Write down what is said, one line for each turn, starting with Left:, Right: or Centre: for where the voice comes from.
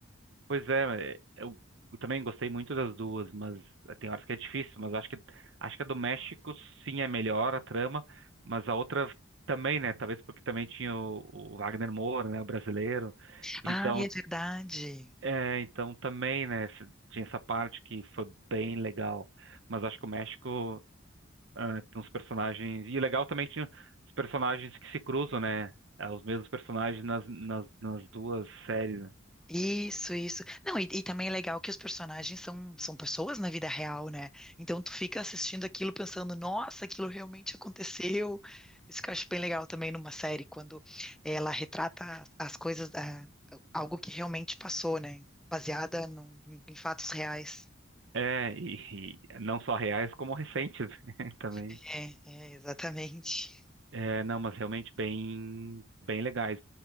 Right: Pois é, é, eu eu também gostei muito das duas, mas é, tem horas que é difícil, mas acho que acho que a do México sim é melhor a trama, mas a outra também, né? Talvez porque também tinha o, o Wagner Moura, né, o brasileiro. Então,
Centre: Ah, é verdade.
Right: é, então também, né, se- tinha essa parte que foi bem legal, mas acho que o México ah, tem uns personagens e legal também tinha os personagens que se cruzam, né? ah, Os mesmos personagens nas, nas, nas duas séries. né.
Centre: Isso, isso. Não, e, e também é legal que os personagens são, são pessoas na vida real, né? Então tu fica assistindo aquilo pensando, nossa, aquilo realmente aconteceu. Isso que eu acho bem legal também numa série, quando ela retrata as coisas, ah, algo que realmente passou, né? Baseada num- em, em fatos reais.
Right: É, e, e não só reais, como recentes <laughs> também.
Centre: É, é, exatamente.
Right: É, não, mas realmente bem, bem legais.